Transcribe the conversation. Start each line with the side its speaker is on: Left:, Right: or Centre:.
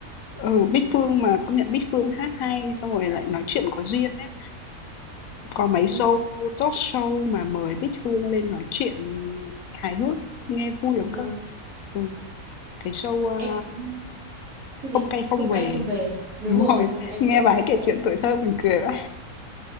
Left: Ừ, Bích Phương mà công nhận Bích Phương hát hay xong rồi lại nói chuyện có duyên ấy. Có mấy show
Right: Ừ,
Left: talk show mà mời Bích Phương lên nói chuyện hài hước nghe vui lắm
Right: vâng.
Left: cơ. Ừ, cái show à,
Right: em cái gì
Left: không cay không
Right: không
Left: về
Right: cay không về
Left: <laughs>
Right: đúng
Left: đúng
Right: rồi
Left: rồi
Right: đúng rồi em
Left: nghe
Right: cũng
Left: bà
Right: hay
Left: ấy kể
Right: xem
Left: chuyện tuổi thơ mình cười vậy